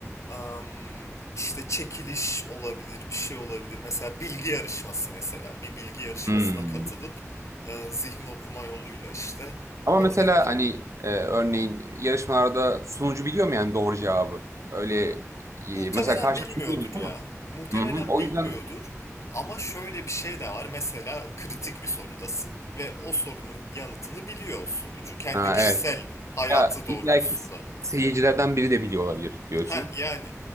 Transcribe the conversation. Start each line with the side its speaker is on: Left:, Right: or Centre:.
Left: em, işte çekiliş olabilir, bir şey olabilir. Mesela bilgi yarışması mesela bir bilgi yarışmasına
Right: Hmm.
Left: katılıp e, zihin okuma yoluyla işte
Right: Ama
Left: orada
Right: mesela hani e, örneğin yarışmalarda sunucu biliyor mu yani doğru cevabı? Öyle e,
Left: Muhtemelen
Right: mesela karşılaşma
Left: bilmiyordur
Right: değil mi?
Left: ya. Muhtemelen
Right: Hı hı. O
Left: bilmiyordur.
Right: yüzden
Left: Ama şöyle bir şey de var. Mesela kritik bir sorudasın ve o sorunun yanıtını biliyor sunucu. Kendi
Right: ha,
Left: kişisel
Right: evet.
Left: hayatı
Right: Ya
Left: doğrultusunda.
Right: illaki seyircilerden biri de biliyor olabilir diyorsun.
Left: Heh yani.